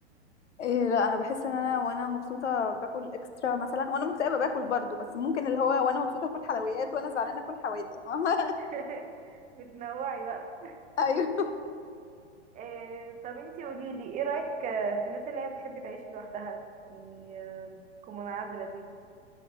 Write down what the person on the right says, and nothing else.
<laughs>
بتنوعي بقى
إيه طب انتي قوليلي ايه رأيك آه، في الناس اللي هي بتحب تعيش لوحدها يعني آه، تكون منعزلة دي